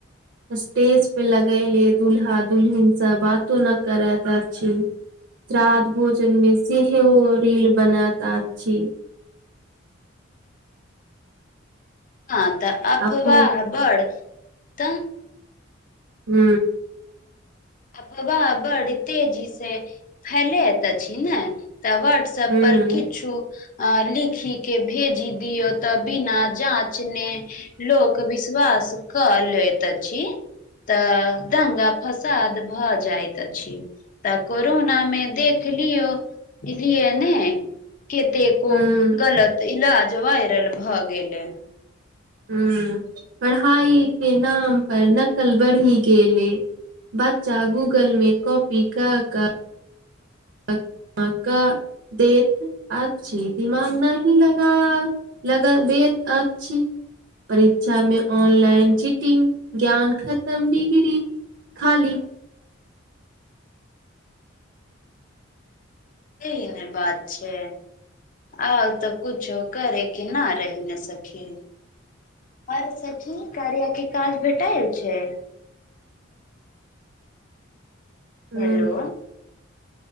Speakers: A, on the right (about 60°); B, on the left (about 40°).
A: स्टेज पे लगैेले दुल्हा दुल्हिनसँ बातो न करैत अछि श्राद्ध भोजन मे सेहो ओ रील बनैत अछि
B: हँ तऽ अफवाह
A: अफो
B: बड़ तऽ
A: हू
B: अफवा बड़ तेजी से फैलैत अछि न तऽ बाट्सऐप
A: हुं
B: पर किछु लिखि के भेजी दियौ तऽ बिना जाँचने लोक विश्वास क लैत छी तऽ दंगा फस साद भऽ जाइत अछि तऽ कोरोना मे देख लियौ इलिय ने कतेको
A: हुं
B: गलत इलाज वायरल भऽ गेलै
A: हू पढ़ाईके नाम पर नकल बढ़ि गेलैइ बच्चा गूगलमे कॉपी क कऽ पक्का देत अछी दिमाग नही लगा लगा बेत अछि परीक्षा मे ऑनलाइन चीटिंग ज्ञान खतम डिग्री खाली
B: जे न बात छैय आउ तऽ कुछो करे के ना रहि ना सखी अरे सखी कार्याके काज भेटायल छैई
A: हुं
B: हेलो